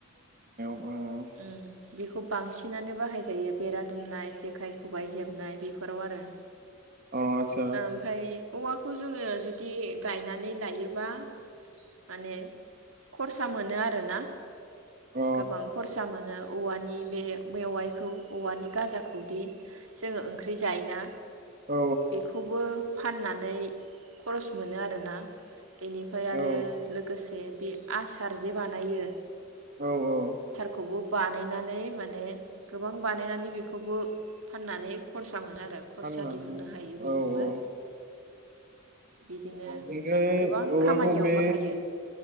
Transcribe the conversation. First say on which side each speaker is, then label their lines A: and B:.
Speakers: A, on the right; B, on the right.
A: औ
B: उम बेखौ बांसिनानो बाहायजायो बेरा दुमनाय जेखाइ खबाइ हेबनाय बेफोराव आरो
A: अ आतसा
B: ओमफ्राय औवाखौ जोङो जुदि गायनानै लायोबा माने खरसा मोनो आरोना।
A: अ
B: गोबां खरसा मोनो औवानि बे मेवाइखौ औवानि गाजाखौ दि जोङो ओंख्रि जायोना?
A: औ
B: बेखौबो फाननानै खरस मोनो आरोना बेनिफ्राय आरो
A: औ
B: लोगोसे बे आसार जे बानायो
A: औ औ
B: खौबो बानायनानै माने गोबां बानायनानै बेखौबो फाननानै खरसा मोनो आरो
A: <unintelligible>
B: खरसा दिहुननो
A: औ
B: हायो बेजोंबो
A: औ। <unintelligible>
B: बिदिनो गोबां
A: औवाखौ
B: खामानियाव
A: बे
B: बाहायो